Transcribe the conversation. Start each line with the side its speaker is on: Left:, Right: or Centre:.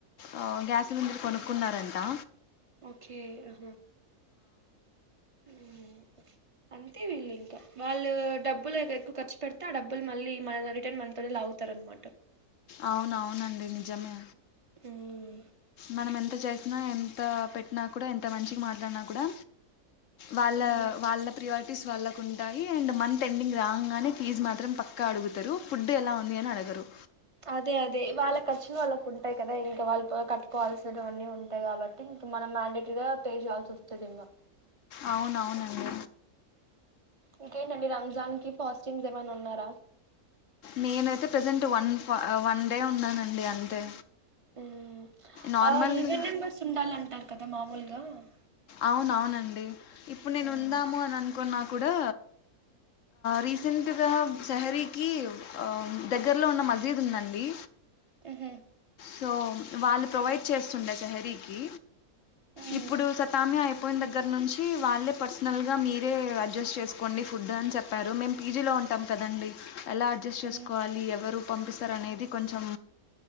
Left: ఆ గ్యాస్ సిలిండర్ కొను కున్నారంటా
Right: ఓకే ఆహా ఉమ్, అంతే వీళ్ళు ఇంకా వాళ్ళు డబ్బులు ఎక్కువ ఖర్చు పెడితే ఆ డబ్బులు మళ్ళీ మన రిటర్న్ మనతో లాగుతారన్నమాట
Left: అవునవునండి నిజమే
Right: మ్
Left: మనం ఎంత చేసినా ఎంత పెట్టినా కూడా ఎంత మంచికి మాట్లాడినా కూడా వాళ్ళ
Right: ఉమ్,
Left: వాళ్ళ ప్రియ టిస్ వాళ్ళక్ ఉంటాయి. అండ్ మంత్ ఎండింగ్ రాంగనే ఫీజ్ మాత్రం పక్కా అడుగుతరు. ఫుడ్డు ఎలా ఉంది అని అడగరు
Right: అదే అదే వాళ్ళ ఖర్చులు వాళ్ళక్ ఉంటాయి కదా ఇంకా వాళ్ళు కట్టుకోవాల్సినవన్నీ ఉంటాయి కాబట్టి ఇంకా మనం మ్యాండేట్రీగా పే చేయాల్సి వస్తుంది ఇంకా
Left: అవునవునండి
Right: ఇంకేంటండి రంజాన్కి ఫాస్టింగ్స్ ఏమైనా ఉన్నారా
Left: నేనైతే ప్రజెంట్ వన్ వన్ డే ఉన్నానండి అంతే
Right: ఓ
Left: నార్మల్గా
Right: ఆ ఈవెన్ నెంబర్స్ ఉండాలంటారు కదా మామూల్గా అ
Left: అవునవునండి. ఇప్పుడు నేన్
Right: ఉమ్,
Left: ఉందాము అని అన్ కొన్నా కూడా రీసెంట్గా శహరీకి దగ్గరలో ఉన్న మజీద్ ఉందండి.
Right: ఉహు
Left: సో వాళ్ళు ప్రొవైడ్ చేస్తుండే సెహరీకి.
Right: ఉమ్
Left: ఇప్పుడు స అయిపోయిన దగ్గర నుంచి వాళ్ళే పర్సనల్ గా మీరే అడ్జస్ట్ చేసుకోండి ఫుడ్ అని చెప్పారు మేము పీజీలో ఉంటాం కదండి. ఎలా అడ్జస్ట్ చేసుకోవాలి
Right: ఉమ్
Left: ఎవరు పంపిస్ అనేది కొంచెం